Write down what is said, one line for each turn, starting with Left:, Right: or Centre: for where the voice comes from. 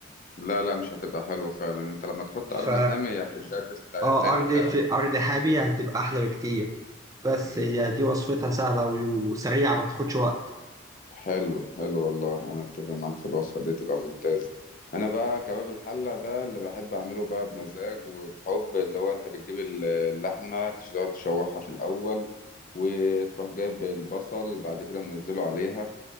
Left: لا لا مش هتبقى حلوه فعلا انت لما تحط
Right: ف
Left: قرن حامي هي هتبدا تسقى
Right: اه
Left: تاني
Right: ارض
Left: فعلا
Right: في ارض حامي هتبقى احلى بكتير بس
Left: امم
Right: هي دي وصفتها سهله و- وسريعه ما بتاخدش وقت
Left: حلو حلو والله انا اتفق معاك في الوصفه دي تبقى ممتازه انا بقى كباب الحله ده اللي بحب اعمله بقى بمزاج وبحب اللي هو انت بتجيب ال- اللحمه تقعد تشوحها في الاول وتروح جايب البصل بعد كده منزله عليها